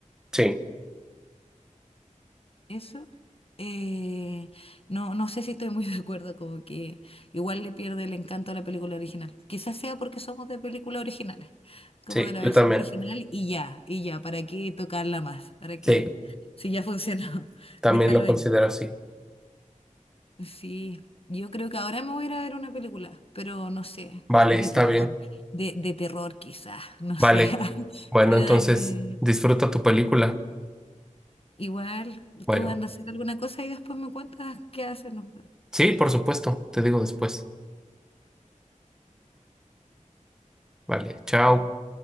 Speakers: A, in the centre; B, on the left (about 45°).
A: Sí,
B: Eso, eh, no, no sé si estoy muy <laughs> de acuerdo, como que igual le pierde el encanto a la película original. Quizás sea porque somos de películas originales, como
A: sí,
B: de la
A: yo
B: versión
A: también.
B: original y ya, y ya, ¿para qué tocarla más? ¿Para qué?
A: Sí,
B: Si ya funcionó, <laughs>
A: también
B: déjalo
A: lo considero
B: ahí.
A: así.
B: Sí, yo creo que ahora me voy a ir a ver una película, pero no sé,
A: Vale,
B: de
A: está
B: terror,
A: bien.
B: de, de terror quizás, no
A: Vale.
B: sé, <laughs>
A: Bueno,
B: para
A: entonces
B: darle...
A: disfruta tu película.
B: Igual,
A: Bueno,
B: tú andas a hacer alguna cosa y después me cuentas qué haces. nos-
A: sí, por supuesto, te digo después. Vale, chao.